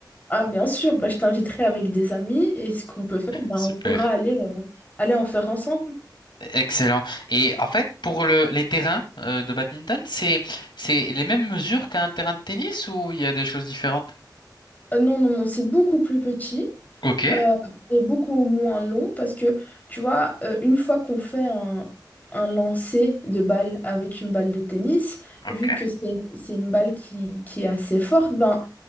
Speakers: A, on the left; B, on the left.
A: Ah, bien sûr, bah, je t'inviterai avec des amis et ce qu'on peut faire, bah,
B: Super.
A: on pourra aller, euh, aller en faire ensemble.
B: Excellent. Et en fait, pour le- les terrains euh, de badminton, c'est c'est les mêmes mesures qu'un terrain de tennis ou il y a des choses différentes?
A: Euh, non, non, non, c'est beaucoup plus petit.
B: Ok,
A: euh, est beaucoup moins long parce que, tu vois, euh, une fois qu'on fait un, un lancer de balle avec une balle de tennis,
B: ok,
A: vu que c'est c'est une balle qui, qui est assez forte, ben,